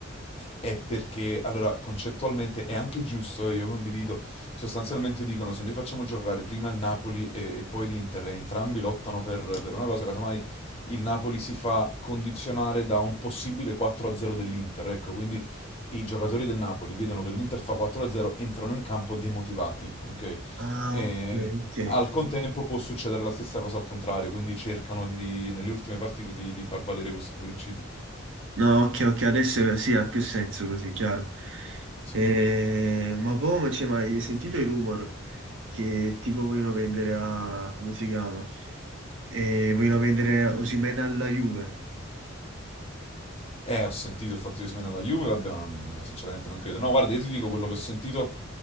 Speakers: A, on the left (about 30°); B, on the right (about 65°).
A: È perché, allora, concettualmente è anche giusto e io condivido, sostanzialmente dicono se noi facciamo giocare prima il Napoli e, e poi l'Inter e entrambi lottano per, per una cosa, casomai il Napoli si fa condizionare da un possibile 4-0 dell'Inter, ecco, quindi i giocatori del Napoli vedono che l'Inter fa 4-0, entrano in campo demotivati, ok?
B: Ah,
A: E
B: ok, ok.
A: al contempo può succedere la stessa cosa al contrario, quindi cercano di, nelle ultime partite di, di far valere questo principio.
B: No, ok, ok, adesso sì, ha più senso così, chiaro.
A: Sì,
B: Eh, ma poi, ma- cioè, ma hai sentito i rumor che tipo vogliono vendere a... come si chiama? Eh, vogliono vendere Osimhen alla Juve.
A: Eh, ho sentito il fatto che Osimhen alla Juve, vabbè, ma non- eh, sinceramente non credo. No, guarda, io ti dico quello che ho sentito